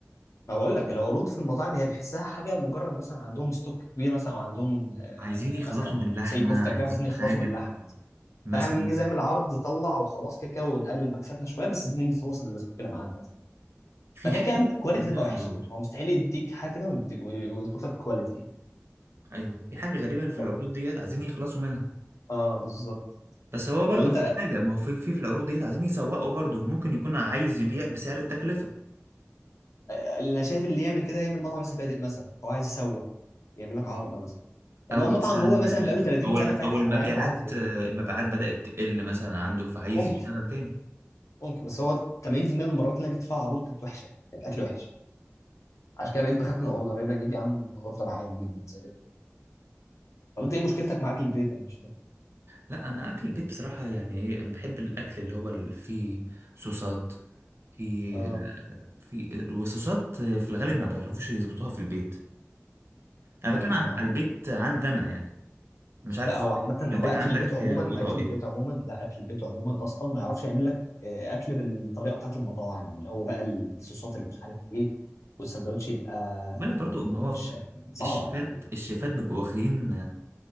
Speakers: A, on the left; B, on the right.
A: ما بقول لك العروض في المطاعم هي بحسها حاجه مجرد مثلا عندهم ستوك كبير مثلا وعندهم آه،
B: عايزين يخلصوا
A: مثلا
B: من لحمه
A: زي كفته
B: عايزين
A: كبيره عايزين يخلصوا
B: حاجه
A: من اللحمه مثلا
B: مثلا
A: فاعمل نجي اعمل عرض طلع وخلاص كده كده ونقلل مكسبنا شويه بس عايزين نيجي نخلص الستوك اللي معانا مثلا
B: في
A: فكده
B: حاجه
A: كده الكواليتي
B: غريبه
A: تبقى
B: في
A: وحشه
B: العروض
A: هو مستحيل يديك حاجه كده ويديك- ويظبط لك الكواليتي يعني
B: ايوه في حاجه غريبه في
A: طب-
B: العروض ديت عايزين يخلصوا منها
A: اه بالظبط
B: بس هو برضه
A: طب انت
B: في حاجة ما هو في في, في العروض ديت عايزين يسوقوا برضه ممكن يكون عايز يبيع بسعر التكلفة
A: آه، اللي انا شايف اللي يعمل كده يعمل مطعم لسه بادئ مثلا هو عايز يسوق يعمل لك عرض مثلا
B: أو
A: انما
B: مثلا
A: مطعم هو مثلا بقاله 30
B: أو
A: سنه
B: الم-
A: فاتح
B: أو المبيعات
A: طب هيعمل عرض ليه؟
B: المبيعات بدأت تقل مثلا عنده فعايز
A: ممكن
B: يشتغل تاني
A: ممكن بس هو 80% من المرات اللي انا جيت فيها عروض كانت وحشه كان الاكل وحش عشان كده بقيت بخاف من الاوردر بقيت بجيب يا عم اوردر عادي جدا زي ده طب انت ايه مشكلتك مع اكل البيت انا مش فاهم
B: لا أنا أكل البيت بصراحة يعني إيه أنا بحب الأكل اللي هو اللي فيه صوصات في
A: اه
B: في وصوصات في الغالب ما بيعرفوش يظبطوها في البيت أنا
A: اه اه
B: بتكلم عن على البيت عندنا يعني مش عارف
A: لا هو عامة
B: البيت
A: هو أكل
B: عندك
A: البيت عموما
B: وضعه
A: أكل
B: إيه
A: البيت عموما لا أكل البيت عموما أصلا ما يعرفش يعمل لك آه، أكل بالطريقة بتاعت المطاعم اللي هو بقى الصوصات اللي مش عارف إيه والساندوتش يبقى
B: خد بالك برضه ما
A: بالشكل
B: هو
A: صعبة
B: الشيفات
A: يعني
B: الشيفات بيبقوا واخدين